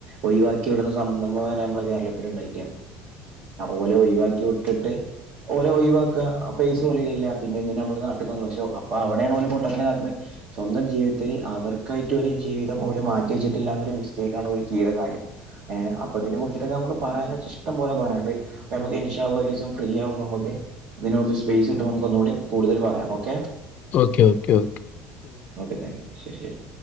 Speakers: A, on the right; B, on the left.
A: ഒഴിവാക്കി വിടുന്ന സംഭവം നമ്മളെ കേരളത്തി ഉണ്ടായിരിക്ക ഓലെ ഒഴിവാക്കി വിട്ടിട്ട് ഓല ഒഴിവാക്ക പൈസ പോല പിന്നെന്തിനാ മ്മക്ക് നാ പക്ഷ അപ്പൊ അവിടെയാണ് പൊട്ടത്തരം കാട്ടി സ്വന്തം ജീവിത്തില് അവർക്കായിട്ട് ഒരു ജീവിതം മാറ്റി വച്ചിട്ടില്ലൊരു മിസ്റ്റേക് ആണ് കാര്യം അപ്പ അതിനെ കുറിട്ടൊക്കെ നമു പറയാൻ വെ ഇഷ്ടം പോലെ പറയാനുണ്ട് ഇൻഷാ അല്ല ഫ്രീ ആകുമ്പോ നമുക്ക് അതിനച്ച് സ്പേസ് ഇട്ടുമ്പോ നമൂടി കൂടുതൽ പറയാം okay
B: okay okay okay
A: okay thank you ശരി ശരി